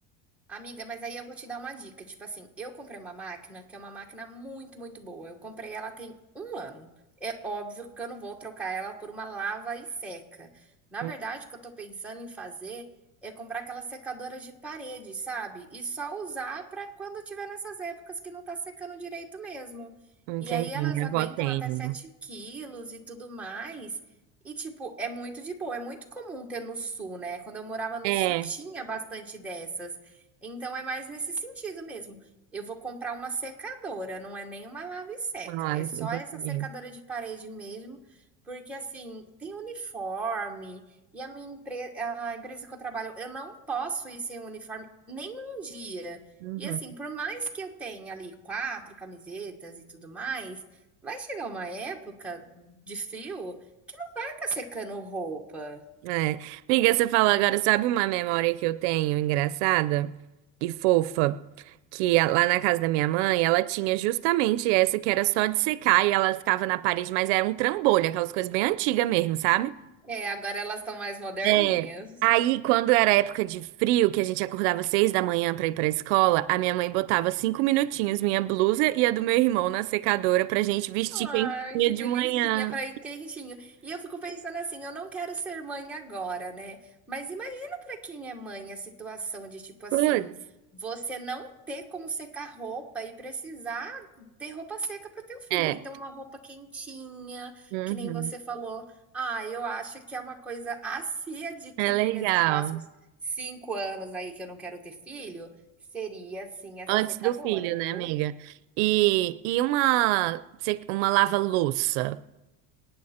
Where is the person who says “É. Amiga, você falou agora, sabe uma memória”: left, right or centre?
Right